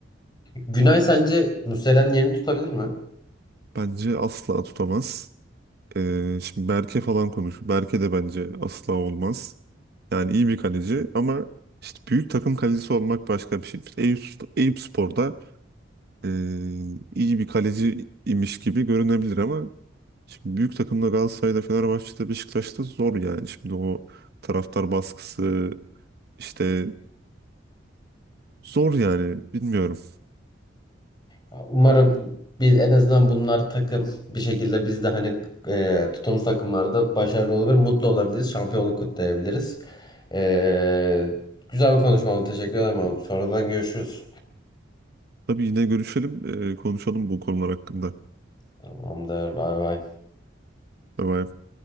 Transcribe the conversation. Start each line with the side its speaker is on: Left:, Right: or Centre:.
Left: Günay sence Muslera'nın yerini tutabilir mi?
Right: Bence asla tutamaz. Ee, şimdi Berke falan konuş. Berke de bence asla olmaz. Yani iyi bir kaleci ama işte büyük takım kalecisi olmak başka bir şey. İşte Eyüp, Eyüp Spor'da ee, iyi bir kaleci imiş gibi görünebilir ama Şimdi büyük takımda Galatasaray'da, Fenerbahçe'de, Beşiktaş'ta zor yani. Şimdi o taraftar baskısı işte zor yani bilmiyorum.
Left: Ya, Umarım biz en azından bunlar takım bir şekilde biz de hani e, tuttuğumuz takımlarda başarılı olabilir, mutlu olabiliriz, şampiyonluk kutlayabiliriz. E, güzel bir konuşma oldu. Teşekkür ederim. Sonradan görüşürüz.
Right: Tabii yine görüşelim, e, konuşalım bu konular hakkında.
Left: Tamamdır. Bay bay.
Right: Tabii